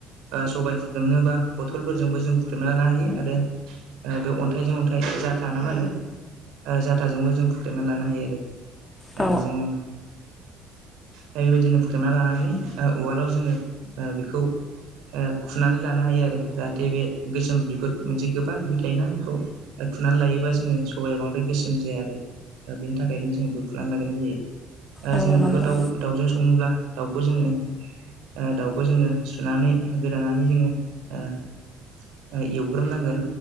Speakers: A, on the right; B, on the left.
A: सबाय होख्रेमनोबा बथलफोरजोंबो जों होख्रेमना लानो हायो आरो बे अन्थाइ अन्थाइजों अन्थाइ जाथा ना मा होनो जाथाजोंबो जों होख्रेनानै लानो हायो आरो।
B: औ
A: जोङो दा बेबायदिनो होख्रेमना लानानै उवालाव जोङो ओ बेखौ खुनानै लानो हायो आरो जाहाथे बे गोसोम बिगुर मोनसे गोबा थायोना बेखौ फुनानै लायोबा जोङो सबाया बांद्राय गोसोम जाया आरो दा बेनि थाखायनो जोङो होखेरेमनानै लाग्रोनाय जायो।
B: औ
A: जोङो
B: नंगौ
A: बेखौ दाउ दाउजों सङोब्ला दाउखौ जोङो दाउखौ जोङो सुनानै गोदानानै जोङो ओ एवग्रोमनांगोन